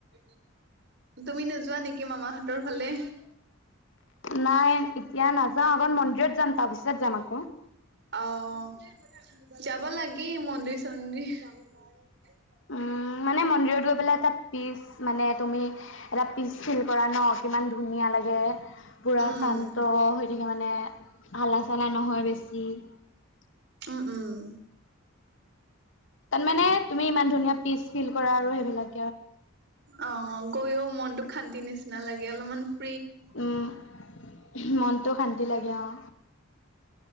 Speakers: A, on the right; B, on the left.
A: <inaudible> তুমি নোযোৱা নেকি মামাহত <unintelligible> হঁতৰ ফালে <unintelligible>
B: নাই এতিয়া নাযাওঁ আগত মন্দিৰত যাম তাৰপিছত যাম আকৌ।
A: অ' যাব লাগে মন্দিৰ-চন্দিৰ <unintelligible> হয় <unintelligible>
B: উম মানে মন্দিৰত গৈ <unintelligible> এটা পিচ মানে তুমি এটা পিচ ফিল কৰা ন কিমান ধুনীয়া লাগে <unintelligible> পুৰা
A: উম
B: শান্ত হৈ থাকে মানে হালা-চালা নহয় বেছি <unintelligible>
A: উম-উম <unintelligible>
B: তাৰ মানে তুমি ইমান ধুনীয়া পিচ ফিল কৰা আৰু সেইবিলাক <unintelligible>
A: অ' গৈও মনতো শান্তি নিচিনা লাগে অলপমান <unintelligible>
B: উম <unintelligible> মনটো শান্তি লাগে অ'।